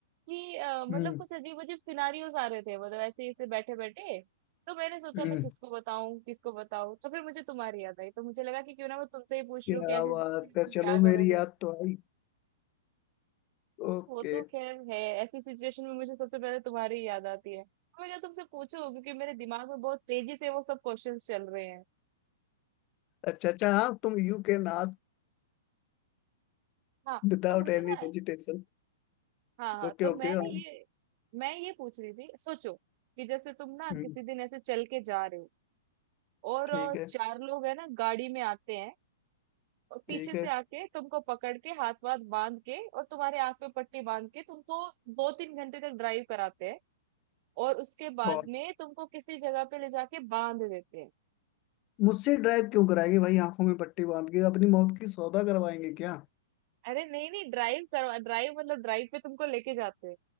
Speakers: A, on the right (about 35°); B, on the left (about 25°).
A: कि अ, मतलब
B: हम्म
A: कुछ अजीब अजीब सिनारियोज आ रहे थे मतलब ऐसे ही ऐसे बैठे बैठे तो मैंने सोचा
B: हम्म
A: मैं किसको बताऊं किसको बताऊं तो फिर मुझे तुम्हारी याद आई तो मुझे लगा कि क्यों ना मैं तुमसे ही पूछ
B: क्या
A: लूं कि ऐसी
B: बात
A: सिचुएशन में
B: है
A: तुम
B: चलो
A: क्या करोगे
B: मेरी याद तो आई
A: हाँ
B: ओके
A: वो तो खैर है ऐसी सिचुएशन में मुझे सबसे पहले तुम्हारी ही याद आती है तो मैं क्या तुमसे पूछूं क्योंकि मेरे दिमाग में बहुत तेजी से वो सब क्वेश्चंस चल रहे हैं
B: अच्छा अच्छा हाँ तुम you can ask
A: हाँ
B: without
A: तो मुझे
B: any
A: ना
B: hesitation
A: हाँ हाँ
B: Okay
A: तो
B: okay
A: मैं ना
B: हाँ
A: ये मैं ये पूछ रही थी सोचो कि जैसे तुम ना
B: हम्म,
A: किसी दिन ऐसे चल के जा रहे हो और
B: ठीक
A: अ,
B: है
A: चार लोग है ना गाड़ी में आते हैं और पीछे
B: ठीक है
A: से आके तुमको पकड़ के हाथ वाथ बांध के और तुम्हारे आंख पे पट्टी बांध के तुमको दो तीन घंटे तक ड्राइव कराते हैं और उसके बाद
B: और
A: में तुमको किसी जगह पे ले जाके बांध देते हैं
B: मुझसे ड्राइव क्यों कराएंगे भाई आंखों में पट्टी बांध के अपनी मौत की सौदा करवाएंगे क्या
A: अरे नहीं नहीं ड्राइव करवा ड्राइव मतलब ड्राइव पे तुमको लेके जाते हैं